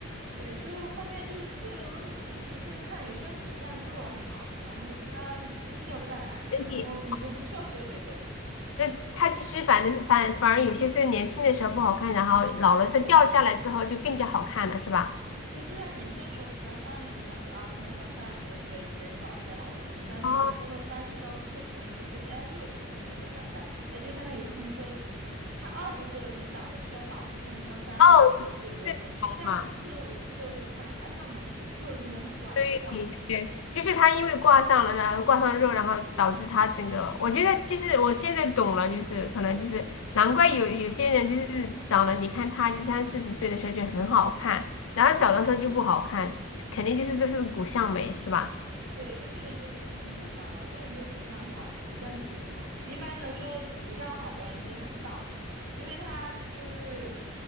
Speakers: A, on the right; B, on the left.
A: 对，就是后面就是这个东西纯纯粹看，有些人骨相就是好，然后他就掉不下来，
B: 人体，
A: 然后你就不需要做这个了。
B: 那它其实反正是反反而有些是年轻的时候不好看，然后老了再掉下来之后就更加好看了，是吧？
A: 对，就是他年轻的时候，比如说他翻脸就感觉啊，看着像三十多岁，显小、显老、显凶。但等他真的三十到四十，
B: 哦
A: 你就觉得，哎，他就是同龄人的长相。哎，就像那个于鸿飞，他二十岁的时候长得偏老，看着像三十多岁、
B: 哦，
A: 四十多岁，
B: 这种啊。
A: 但他四十五十岁的时候看着还像那么多，就是因为他挂挂
B: 对对，就是他因为挂上了，然后挂上肉，然后导致他整个，我觉得就是我现在懂了，就是可能就是难怪有有些人就是长得，你看他就三四十岁的时候就很好看，然后小的时候就不好看，肯定就是这是骨相美是吧？
A: 对，就这种就是纯骨相了，这种就骨相好，骨相基因好。骨一般能说骨相好的人其实很少，因为他就是